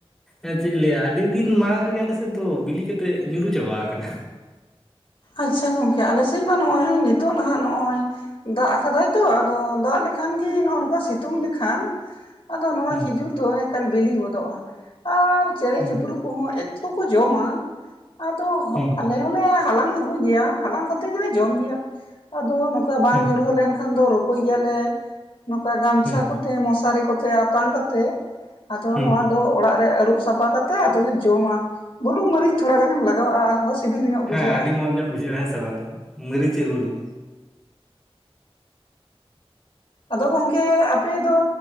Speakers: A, in the centre; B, on the left.
A: ᱮᱸ ᱪᱮᱜ ᱞᱟᱹᱭᱟ ᱟᱹᱰᱤ ᱫᱤᱱ ᱢᱟᱬᱟᱝ ᱨᱮᱜᱮ ᱟᱞᱮ ᱥᱮᱜ ᱫᱚ ᱵᱤᱞᱤ ᱠᱟᱛᱮᱜ ᱧᱩᱨᱩ ᱪᱟᱵᱟᱣ ᱟᱠᱟᱱᱟ᱾
B: ᱟᱪᱪᱷᱟ ᱜᱚᱝᱠᱮ ᱟᱞᱮ ᱥᱮᱡ ᱢᱟ ᱱᱚᱜᱼᱚᱭ ᱱᱤᱛᱚᱜ ᱱᱟᱦᱟᱸᱜ ᱱᱚᱜ-ᱚᱸᱭ ᱫᱟᱜ ᱟᱠᱟ ᱫᱟᱭ ᱛᱚ, ᱟᱫᱚ ᱫᱟᱜ ᱞᱮᱠᱷᱟᱱ ᱜᱮ ᱱᱚᱜᱼᱚ ᱱᱚᱠᱟ ᱥᱤᱛᱩᱝ ᱞᱮᱠᱷᱟᱱ ᱟᱫᱚ ᱱᱚᱣᱟ
A: ᱦᱩᱸ
B: ᱠᱷᱤᱡᱩᱨ ᱫᱚ ᱮᱠᱟᱞ ᱵᱤᱞᱤ ᱜᱚᱫᱚᱜᱼᱟ, ᱟᱨ ᱪᱮᱬᱮ
A: ᱦᱩᱸ
B: ᱪᱤᱯᱨᱩᱜ ᱠᱩ ᱦᱚᱸ ᱮᱛᱚ ᱠᱚ ᱡᱚᱢᱟ ᱟᱫᱚ ‌ᱦᱚ
A: ᱦᱩᱸ
B: ᱟᱞᱮ ᱦᱚᱸ ᱞᱮ ᱦᱟᱞᱟᱝ ᱟᱜᱩᱭ ᱜᱮᱭᱟ ᱦᱟᱞᱟᱝ ᱠᱟᱛᱮᱜ ᱜᱮᱞᱮ ᱡᱚᱢ ᱜᱮᱭᱟ, ᱟᱫᱚ ᱱᱚᱝᱠᱟ ᱵᱟᱝ
A: ᱦᱩᱸ
B: ᱧᱩᱨᱦᱟᱹ ᱞᱮᱱ ᱠᱷᱟᱱ ᱫᱚ ᱨᱩᱠᱩᱭ ᱜᱮᱭᱟ ᱞᱮ ᱱᱚᱝᱠᱟ ᱜᱟᱢᱪᱷᱟ
A: ᱦᱩᱸ
B: ᱠᱚᱛᱮ ᱢᱚᱥᱟᱨᱤ ᱠᱚᱛᱮ ᱟᱛᱟᱝ ᱠᱟᱛᱮᱜ᱾ ᱟᱫᱚ
A: ᱦᱩᱸ
B: ᱱᱚᱶᱟ ᱫᱚ ᱚᱲᱟᱜ ᱨᱮ ᱟᱹᱨᱩᱵ ᱥᱟᱯᱷᱟ ᱠᱟᱛᱮᱜ ᱟᱫᱚ ᱞᱮ ᱡᱚᱢᱟ ᱵᱩᱞᱩᱝ ᱢᱟᱹᱨᱤᱪ ᱛᱷᱚᱲᱟ ᱜᱟᱱᱮᱢ ᱞᱟᱜᱟᱣᱟᱜᱼᱟ᱾ ᱥᱤᱵᱤᱞ ᱧᱚᱜ
A: ᱦᱮᱸ
B: ᱵᱩᱡᱷᱟᱹᱜᱼᱟ᱾
A: ᱟᱰᱤ ᱢᱚᱸᱡᱽ ᱧᱚᱜ ᱵᱩᱡᱷᱟᱹᱜᱼᱟ ᱦᱮᱸ ᱥᱮ ᱵᱟᱝ ᱦᱚᱸ ᱢᱟᱹᱨᱤᱪ ᱟᱨ ᱵᱩᱞᱩᱝ?
B: ᱟᱫᱚ ᱜᱚᱝᱠᱮ ᱟᱯᱮ ᱫᱚ